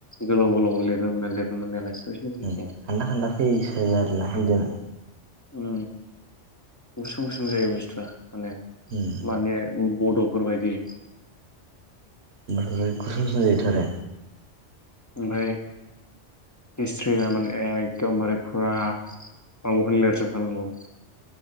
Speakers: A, on the left (about 30°); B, on the right (about 65°).
A: गोलाव गोलाव लिरनो मोना लिरनो मोननायालाय। <unintelligible>
B: उम खान्दा खान्दा फैयोसो आरोना हिन्दिया।
A: उम गुसुं गुसुं जायो बुस्थुआ। माने
B: उम
A: माने बड'फोरबायदि।
B: बेफोरबो गुसुं गुसुं जायोथ' आरो।
A: ओमफ्राय हिस्ट्रिना माने एकदमबारे फुरा माबाखौनो लिरजोबखानांगौ।